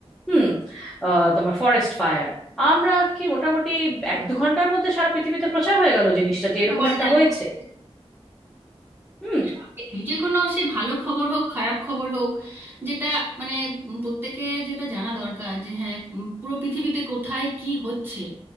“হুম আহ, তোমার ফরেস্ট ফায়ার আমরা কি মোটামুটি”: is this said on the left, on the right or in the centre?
Centre